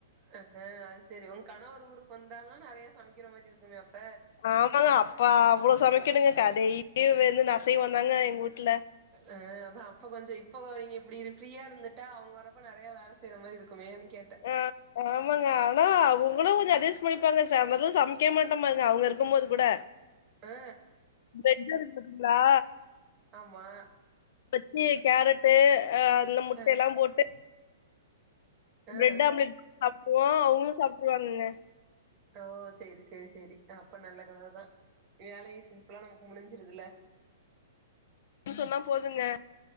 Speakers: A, on the right (about 20°); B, on the left (about 50°).
A: ஆ ஆ அது சரி உ கணவரு ஊருக்கு வந்தாலு நெறைய சமைக்கிற மாதிரி இருக்குமே அப்ப
B: ஆமாங்க அப்ப அவ்வளோ சமைக்கணங்க கதைய வந்து அசைவோ தாங்க எங்க வீட்டுல
A: ஆ அதா அப்ப கொஞ்சு இப்போ நீங்க இப்டி ஃப்ரீயா இருந்துட்டா அவங்க வறப்ப நெறைய வேல செய்ற மாரி இருக்குமேன்னு கேட்ட
B: ஆ ஆமாங்க ஆனா அவங்களு கொஞ்சு அட்ஜஸ் பண்ணிப்பாங்க சாம்பது சமைக்கவே மாட்ட பாருங்க அவங்க இருக்கும் மோது கூட
A: ஆ
B: பிரெட் இருந்ததுங்களா
A: ஆமா
B: வெச்சி கேரட்டு அ அந்த முட்ட
A: அ
B: எல்லா போட்டு
A: அ
B: பிரெட் ஆம்லெட் சாப்டுவோ அவங்களு சாப்டுருவாங்கங்க
A: ஓ செரி செரி செரி அப்ப நல்லக் கணவர் தா வேலையு சிம்பிளா நமக்கு முடிஞ்சிருதுல்ல
B: சொன்னா போதுங்க